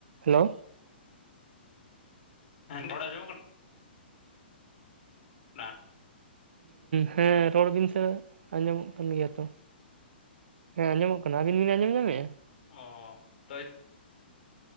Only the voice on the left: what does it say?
ᱦᱮᱸ ᱨᱚᱲ ᱟᱸᱡᱚᱢᱚᱜ ᱠᱟᱱᱟ? ᱚᱱᱟ
ᱚ ᱛᱚ